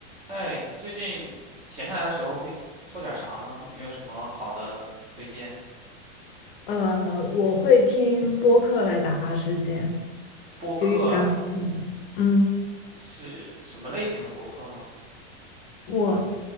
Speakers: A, on the right; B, on the left.
A: 哎，最近闲下来的时候会做点啥呢？有没有什么好的推荐？
B: 呃，我会听播客来打发时间，
A: 播客啊
B: 就一直让它放着。嗯，
A: 是什么类型的播客呢？
B: 我